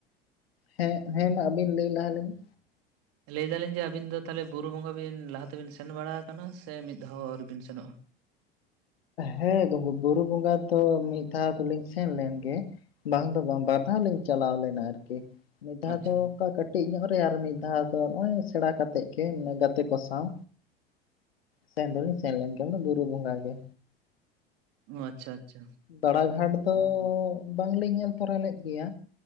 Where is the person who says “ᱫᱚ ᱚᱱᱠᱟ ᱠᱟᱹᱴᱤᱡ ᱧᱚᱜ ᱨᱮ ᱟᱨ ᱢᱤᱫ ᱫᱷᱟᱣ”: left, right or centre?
Left